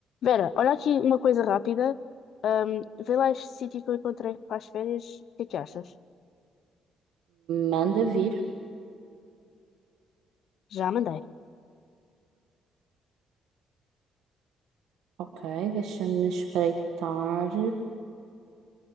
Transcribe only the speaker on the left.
Vera, olha aqui uma coisa rápida. Ahm, vê lá este sítio que eu encontrei para as férias. O que é que achas?
Já mandei.